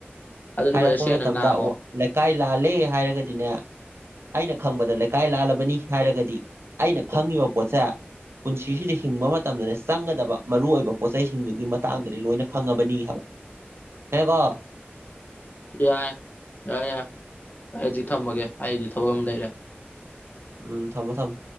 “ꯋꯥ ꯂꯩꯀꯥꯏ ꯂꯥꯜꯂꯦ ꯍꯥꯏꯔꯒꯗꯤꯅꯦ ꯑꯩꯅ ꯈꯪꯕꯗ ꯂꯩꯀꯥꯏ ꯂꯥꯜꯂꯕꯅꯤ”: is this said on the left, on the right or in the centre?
Right